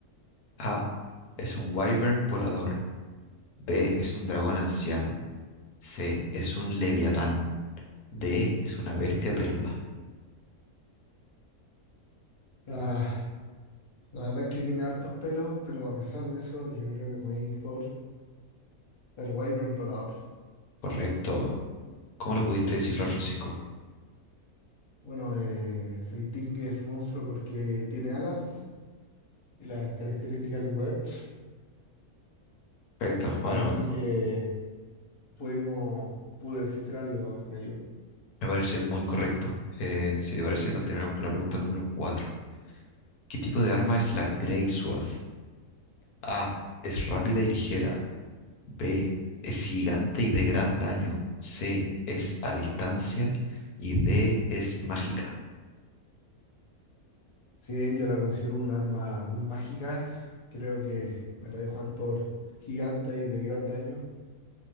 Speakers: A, on the left; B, on the left.
A: A. Es un wyvern volador. B. Es un dragón anciano. C. Es un leviatán. D. Es una bestia peluda.
B: Ah, la verdad es que tiene hartos pelos, pero a pesar de eso, yo creo que me voy a ir por el Wyvern volador.
A: Correcto. ¿Cómo lo pudiste descifrar, Francisco?
B: Bueno, eh, se distingue ese monstruo porque tiene alas y las características de un Wyvern.
A: Correcto.
B: Así
A: Bueno,
B: que pudimos, pude descifrarlo con ayuda.
A: me parece muy correcto. Eh, si te parece, continuaremos con la pregunta número 4. ¿Qué tipo de arma es la Greatsword? A. Es rápida y ligera. B. Es gigante y de gran daño. C. Es a distancia. Y D. Es mágica.
B: Si bien yo la considero un arma muy mágica, creo que me la voy a jugar por gigante y de gran daño.